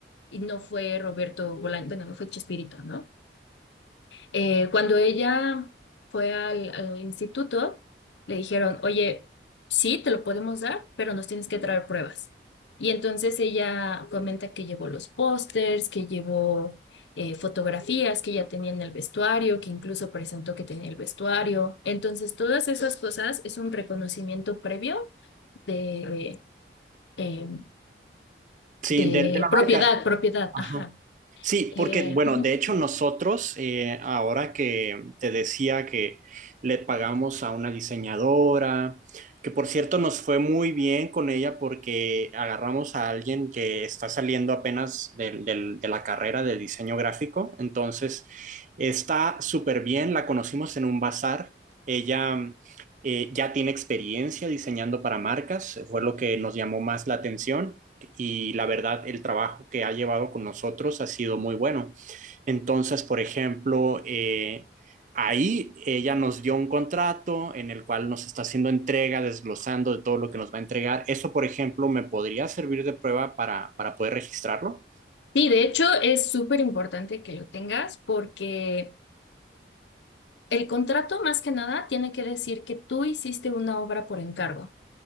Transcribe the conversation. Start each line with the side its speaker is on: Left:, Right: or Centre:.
Left: y no fue Roberto Bolaño, bueno, no fue Chespirito, ¿no? Eh, cuando ella fue al, al instituto, le dijeron, oye, sí, te lo podemos dar, pero nos tienes que traer pruebas. Y entonces ella comenta que llevó los pósters, que llevó eh, fotografías que ella tenía en el vestuario, que incluso presentó que tenía el vestuario. Entonces, todas esas cosas es un reconocimiento previo de, eh,
Right: sí,
Left: de
Right: de, de la
Left: propiedad,
Right: marca.
Left: propiedad,
Right: ajá.
Left: ajá.
Right: Sí,
Left: Eh,
Right: porque, bueno,
Left: ujú.
Right: de hecho nosotros, eh, ahora que te decía que le pagamos a una diseñadora, que por cierto nos fue muy bien con ella porque agarramos a alguien que está saliendo apenas del- del- de la carrera de diseño gráfico, entonces está súper bien, la conocimos en un bazar, ella eh, ya tiene experiencia diseñando para marcas, fue lo que nos llamó más la atención y la verdad el trabajo que ha llevado con nosotros ha sido muy bueno. Entonces, por ejemplo, eh, ahí ella nos dio un contrato en el cual nos está haciendo entrega, desglosando de todo lo que nos va a entregar. Eso, por ejemplo, me podría servir de prueba para, para poder registrarlo.
Left: Sí, de hecho es súper importante que lo tengas porque El contrato, más que nada, tiene que decir que tú hiciste una obra por encargo.